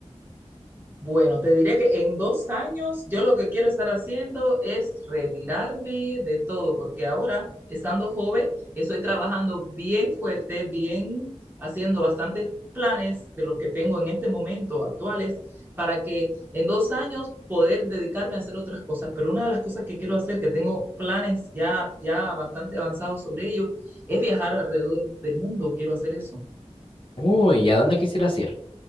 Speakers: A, on the right; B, on the left.
A: Bueno, te diré que en dos años yo lo que quiero estar haciendo es retirarme de todo, porque ahora, estando joven, estoy trabajando bien fuerte, bien haciendo bastantes planes de los que tengo en este momento actuales, para que en dos años poder dedicarme a hacer otras cosas. Pero una de las cosas que quiero hacer, que tengo planes ya, ya bastante avanzados sobre ello, es viajar alrededor del mundo. Quiero hacer eso.
B: Uy, ¿y a dónde quisieras ir?